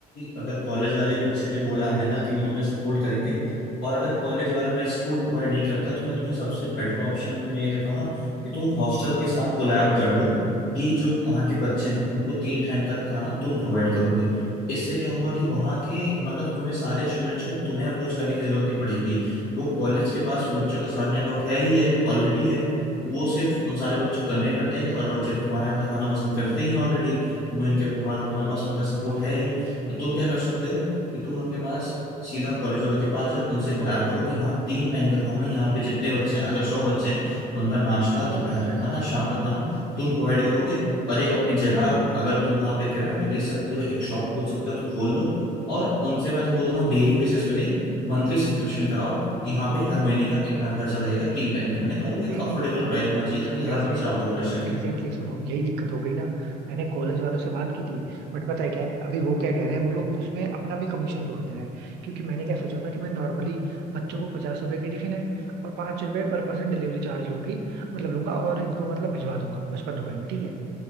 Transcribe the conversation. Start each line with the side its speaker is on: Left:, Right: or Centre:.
Left: अगर कॉलेज वाले बच्चे ने बोला है ना कि वो तुम्हें सपोर्ट करेंगे और अगर कॉलेज वाला मैं सपोर्ट प्रोवाइड नहीं करता तो मैं तुम्हें सबसे बेटर ऑप्शन तुम्हें ये देता हूँ ना कि तुम हॉस्टल के साथ कोलैब कर लो कि जो वहाँ के बच्चे हैं उनको तीन टाइम का खाना तुम प्रोवाइड करोगे इससे क्या होगा कि वहाँ के मतलब तुम्हें सारे स्टूडेंट्स को तुम्हें अप्रोच करने की जरूरत नहीं पड़ेगी वो कॉलेज के पास बच्चों का सारा नेटवर्क है ही है ऑलरेडी है वो सिर्फ उन सारे बच्चों को कन्वे कर देंगे और बच्चे तो तुम्हारे यहाँ का खाना पसंद करते ही ऑलरेडी तुम्हें उनके तुम्हारा तुम्हारे पास उनका सपोर्ट है ही तो तुम क्या कर सकते हो कि तुम उनके पास सीधा कॉलेज वालों के पास जाओ उनसे कोलैब करो कि हाँ तीन टाइम का खाना यहाँ पे जितने बच्चे हैं अगर सौ बच्चे हैं तो उनका नाश्ता दोपहर का खाना शाम का खाना तुम प्रोवाइड करोगे और एक अपनी जगह अगर तुम वहाँ पे किराए पे ले सकते हो एक शॉप खोल सकते हो तो खोल लो और उनसे मैं तो बोलता हूँ डेली बेसिस पे नहीं मंथली सब्सक्रिप्शन कराओ कि हाँ भाई हर महीने का इतना खर्चा लगेगा तीन टाइम के खाने का और वो एक
Right: नहीं
Left: अफोर्डेबल
Right: नहीं पता
Left: प्राइस
Right: है
Left: होना चाहिए ताकि
Right: जैसे
Left: हर बच्चा अफोर्ड
Right: मतलब
Left: कर सके
Right: एग्जैक्टली exactly, सुनो यही दिक्कत हो गई ना मैंने कॉलेज वालों से बात की थी बट पता है क्या है अभी वो क्या कह रहे हैं वो लोग उसमें अपना भी कमीशन जोड़ दे रहे हैं क्योंकि मैंने क्या सोचा था कि मैं नॉर्मली बच्चों को पचास रुपए की टिफिन है और पांच रुपए पर पर्सन डिलीवरी चार्ज लूंगी मतलब लूंगा और इनको मतलब भिजवा दूंगा पचपन रुपए में ठीक है